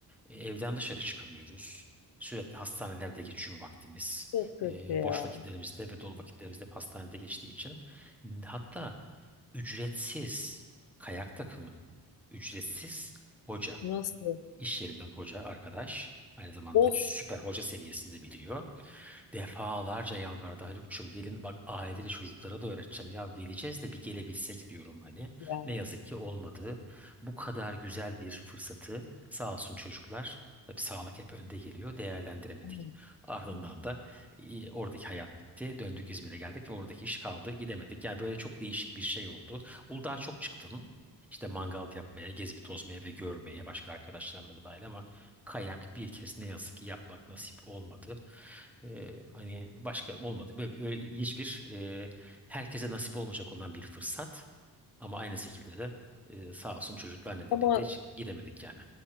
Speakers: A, in the centre; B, on the left.
A: e, evden dışarı çıkamıyoruz. Sürekli hastanelerde geçiyor vaktimiz.
B: Çok kötü
A: Ee,
B: ya.
A: boş vakitlerimizde ve dolu vakitlerimizde hep hastanede geçtiği için hatta ücretsiz kayak takımı, ücretsiz hoca,
B: Nasıl?
A: iş yerinden hoca arkadaş, aynı zamanda
B: Of
A: süper hoca seviyesinde biliyor. Defalarca yalvardı Haluk'cum gelin bak ailece çocuklara da öğreteceğim ya geleceğiz de bir gelebilsek diyorum hani.
B: ya.
A: Ne yazık ki olmadı. Bu kadar güzel bir fırsatı sağ olsun çocuklar tabii sağlık hep önde geliyor değerlendiremedik.
B: Aman.
A: Ardından da e, oradaki hayat bitti. Döndük İzmir'e geldik ve oradaki iş kaldı gidemedik. Yani böyle çok değişik bir şey oldu. Uludağ'a çok çıktım. İşte mangal yapmaya, gezip tozmaya ve görmeye başka arkadaşlarla da dahil ama kayak bir kez ne yazık ki yapmak nasip olmadı. Ee, hani başka olmadı. Böyle, böyle ilginç bir e, herkese nasip olmayacak olan bir fırsat. Ama aynı şekilde de e, sağ olsun çocuklar nedeniyle
B: Ama
A: de hiç gidemedik yani.